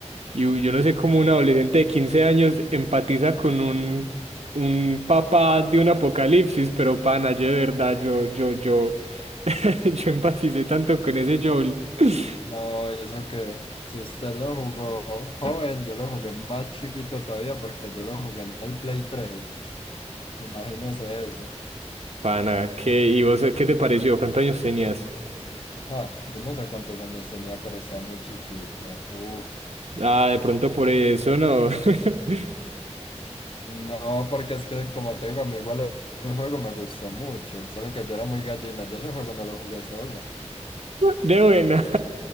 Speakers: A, on the right; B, on the left.
A: y u- yo no sé cómo un adolescente de 15 años empatiza con un, un papá de un apocalipsis, pero pana, yo de verdad, yo, yo, yo, <laughs> yo empaticé tanto con ese Joel. <laughs>
B: No, y eso que si usted lo jugó joven, yo lo jugué más chiquito todavía porque yo lo jugué en el Play tres Imagínese eso.
A: Pana, ¿qué? ¿Y vos qué te pareció? ¿Cuántos años tenías?
B: Ah, yo no sé cuántos años tenía, pero estaba muy chiquito. Uf.
A: Ah, de pronto por eso no. <laughs>
B: No, porque es que como te digo, a mí igual el el juego me gustó mucho, solo que yo era muy gallina, yo ese juego no lo jugué solo.
A: De buena.